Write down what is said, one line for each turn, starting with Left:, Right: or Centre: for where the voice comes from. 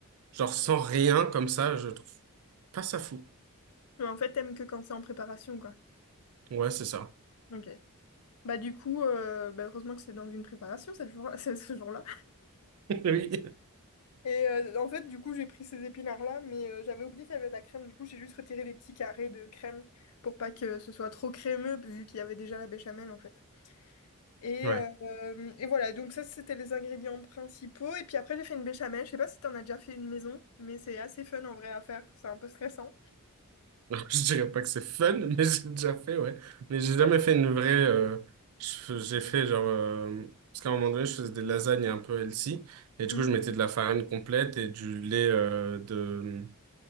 Right: genre sans rien comme ça, je trouve pas ça fou.
Left: Mais en fait, t'aimes que quand c'est en préparation, quoi.
Right: Ouais, c'est ça.
Left: Ok. Bah, du coup, euh, bah, heureusement que c'est dans une préparation cette jour- <laughs> ce jour-là.
Right: <laughs> Oui.
Left: Et euh, en fait, du coup, j'ai pris ces épinards-là, mais euh, j'avais oublié qu'il y avait de la crème. Du coup, j'ai juste retiré les petits carrés de crème pour pas que ce soit trop crémeux, vu qu'il y avait déjà la béchamel, en fait. Et,
Right: Ouais.
Left: euh, euh, et voilà, donc ça, c'était les ingrédients principaux. Et puis après, j'ai fait une béchamel. Je sais pas si t'en as déjà fait une maison, mais c'est assez fun en vrai à faire. C'est un peu stressant.
Right: Alors, je dirais pas que c'est fun, <laughs> mais j'ai déjà fait, ouais. Mais j'ai jamais
Left: Ah,
Right: fait une vraie. euh, je- j'ai fait genre. euh, parce qu'à un moment donné, je faisais des lasagnes un peu healthy. Et du
Left: mhm.
Right: coup, je mettais de la farine complète et du lait euh, de.